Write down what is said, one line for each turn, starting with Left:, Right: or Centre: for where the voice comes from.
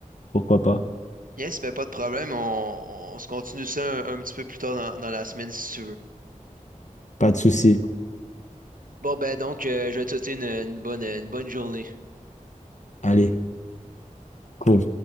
Left: Pourquoi pas?
Right: Yes, ben pas de problème, on, on se continue ça un, un petit peu plus tard dans dans la semaine si tu veux.
Left: Pas de souci.
Right: Bon, ben donc, euh, je vais te souhaiter une, une bonne, une bonne journée.
Left: Allez, cool.